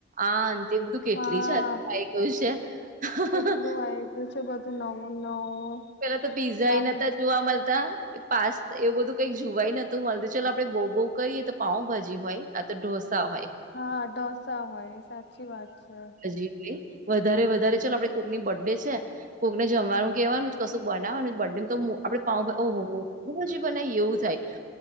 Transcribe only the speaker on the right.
આન તે બધું કેટલી
જાત <unintelligible>
પેલા તો પીઝા એય
નતા જોવા મળતા કે પાસ્ત, એવું બધું કંઈક જોવાય નતું મલતું, ચલો આપડે બહુ-બહુ કરીએ તો પાઉંભાજી હોય. કા તો ઢોસા હોય.
<unintelligible> વધારે-વધારે, ચાલો આપડે કોકની બર્થ ડે છે, કોકને જમવાનું કહેવાનું છ, કશું બનાવવાનું બર્ડે મ તો આપડે પાઉભા ઓહો <unintelligible> બનાય એવું થાય